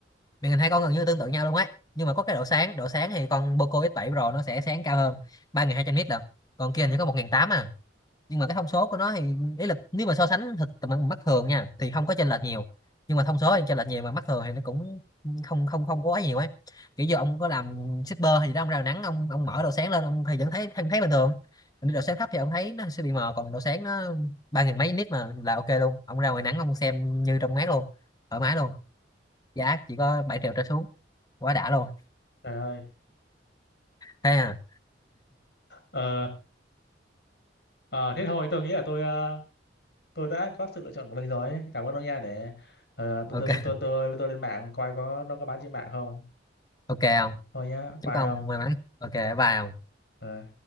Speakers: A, on the left; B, on the left.
A: màn hình hai con gần như tương tự nhau luôn ấy nhưng mà có cái độ sáng độ sáng thì con Poco x bảy Pro nó sẽ sáng cao hơn 3200 nit được còn kia hình như có một nghìn tám à nhưng mà cái thông số của nó thì ý là nếu mà so sánh thực tầm mắt thường nha thì không có chênh lệch nhiều nhưng mà thông số thì chênh lệch nhiều mà mắt thường thì nó cũng không không không có quá nhiều ấy kiểu như ông có làm shipper thì đó ông ra nắng ông ông mở độ sáng lên ông thì vẫn thấy vẫn thấy bình thường Còn độ sáng thấp thì ông thấy nó sẽ bị mờ còn độ sáng nó ba nghìn mấy nít mà là ok luôn ông ra ngoài nắng ông xem như trong mát luôn thoải mái luôn giá chỉ có 7 triệu trở xuống quá đã luôn
B: trời ơi
A: thế à
B: ờ ờ, thế thôi tôi nghĩ là tôi ờ, tôi đã có sự lựa chọn của mình rồi cảm ơn ông nha để ờ, tôi,
A: ok
B: tôi tôi tôi tôi tôi lên mạng coi có nó có bán trên mạng không
A: ok không
B: thôi nhá
A: chúc
B: bye
A: ông
B: ông
A: may mắn ok bye ông
B: Ờ.